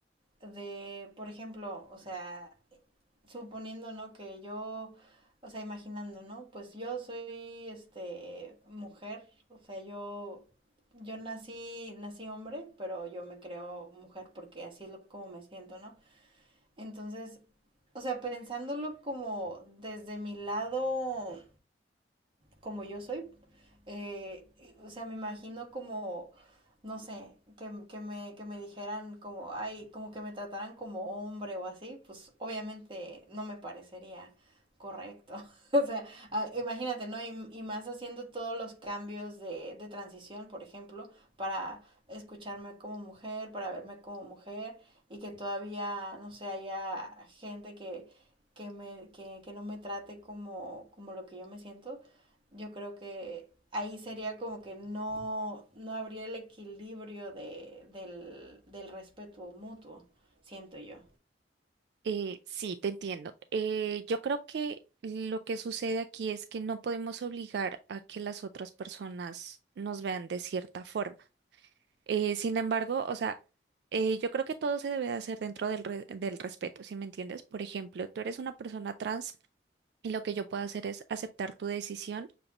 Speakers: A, on the right (about 30°); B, on the right (about 65°).
A: de, por ejemplo, o sea, suponiendo, ¿no? Que yo, o sea, imaginando, ¿no? Pues yo soy, este, mujer, o sea, yo, yo nací, nací hombre, pero yo me creo mujer porque así es lo, como me siento, ¿no? Entonces, o sea, pensándolo como desde mi lado como yo soy. Eh, o sea, me imagino como, no sé, que, que me, que me dijeran como, ay, como que me trataran como hombre o así, pues obviamente no me parecería correcto. <laughs> O sea, a- imagínate, ¿no? Y, y más haciendo todos los cambios de, de transición, por ejemplo, para escucharme como mujer, para verme como mujer, y que todavía, no sé, haya gente que, que, me, que, que no me trate como, como lo que yo me siento yo creo que ahí sería como que no, no habría el equilibrio de, del, del respeto mutuo, siento yo.
B: Eh, sí, te entiendo. Eh, yo creo que lo que sucede aquí es que no podemos obligar a que las otras personas nos vean de cierta forma. Eh, sin embargo, o sea, eh, yo creo que todo se debe de hacer dentro del, re- del respeto, ¿si me entiendes? Por ejemplo, tú eres una persona trans y lo que yo puedo hacer es aceptar tu decisión,